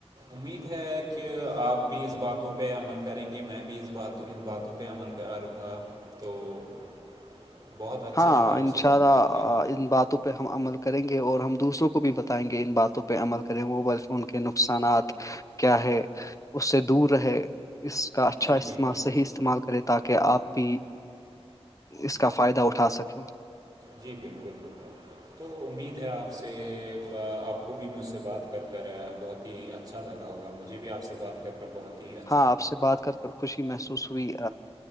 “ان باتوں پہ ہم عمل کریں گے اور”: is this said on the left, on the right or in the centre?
Left